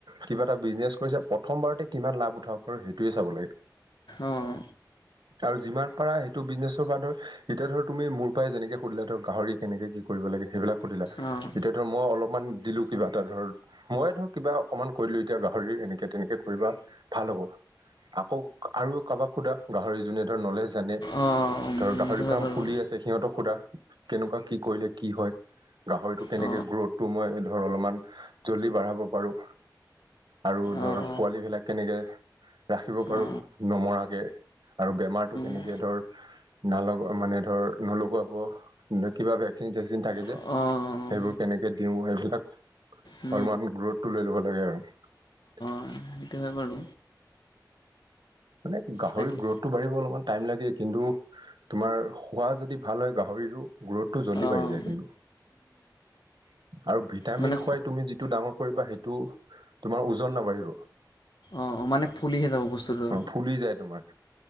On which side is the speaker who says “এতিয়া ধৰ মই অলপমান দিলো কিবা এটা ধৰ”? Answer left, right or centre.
Right